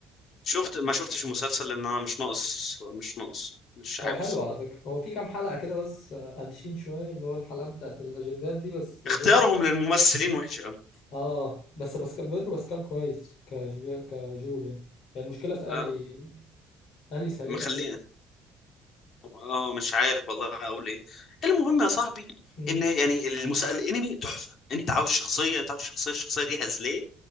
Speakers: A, on the left (about 55°); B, on the left (about 70°).
A: شفت ما شفتش المسلسل لان انا مش ناقص مش ناقص مش عاوز
B: هو حلو على فكره هو في كام حلقه كده بس آه، قلشين شويه اللي هو الحلقه بتاعت الاجندات دي بس غير
A: اختيارهم للممثلين وحش قوي
B: اه بس باسكال بيدرو باسكال كويس كجو كجول يعني يعني المشكله في
A: لا
B: الي الي سيئه
A: مخليه
B: جدا
A: اه مش عارف والله اقول ايه المهم يا صاحبي
B: امم
A: ان يعني المسلسل الانمي تحفه انت عاوز شخصيه انت عاوز شخصيه الشخصيه دي هزليه